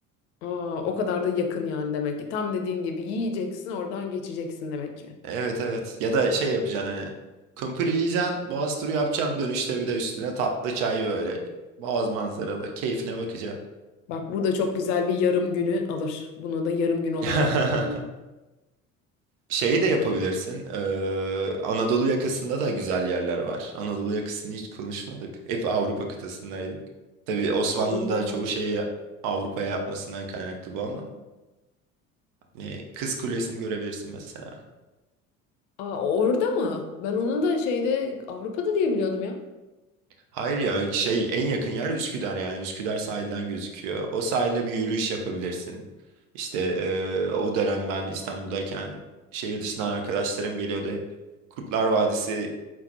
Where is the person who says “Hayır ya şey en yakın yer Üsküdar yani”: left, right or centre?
Right